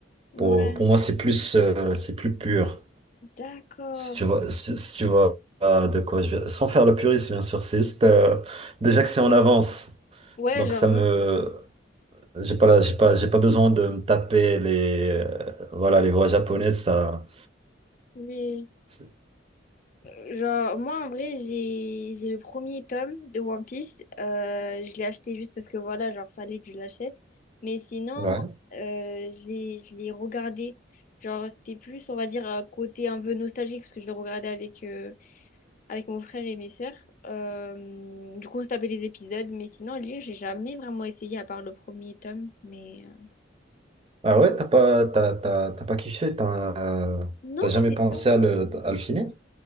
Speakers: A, on the left (about 45°); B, on the right (about 30°).
A: Ouais,
B: Pour pour moi c'est plus euh, c'est plus pur.
A: d'accord.
B: Si tu vois, si, si tu vois euh, de quoi je veux- Sans faire le puriste, bien sûr, c'est juste euh, déjà
A: Oui.
B: que c'est en avance.
A: Ouais,
B: Donc
A: genre,
B: ça me.
A: ouais.
B: J'ai pas là, j'ai pas, j'ai pas besoin de me taper les. euh, voilà, les voix japonaises, ça.
A: Oui.
B: c'est-
A: Euh, Genre, moi, en vrai, j'ai j'ai le premier tome de One Piece. Euh, je l'ai acheté juste parce que, voilà, genre, fallait que je l'achète. Mais sinon,
B: Ouais.
A: moi, euh, je l'ai je l'ai regardé. Genre, c'était plus, on va dire, un côté un peu nostalgique parce que je le regardais avec... euh, avec mon frère et mes sœurs. Euh, du coup, on se tapait les épisodes, mais sinon, à lire, j'ai jamais vraiment essayé à part le premier tome. Mais euh,
B: Ah ouais, t'as pas, t'as, t'as, t'as pas kiffé, t'as, euh,
A: non,
B: t'as jamais
A: c'est
B: pensé
A: pas
B: à le, à le finir?